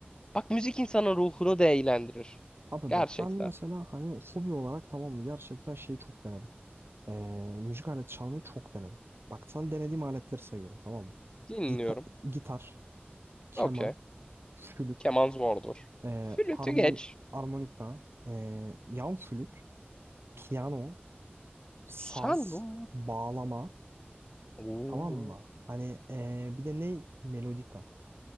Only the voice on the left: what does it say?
Bak müzik insanın ruhunu da eğlendirir.
Gerçekten.
Dinliyorum.
Okey.
Keman zordur.
Flütü
geç.
Sandun.
Oo.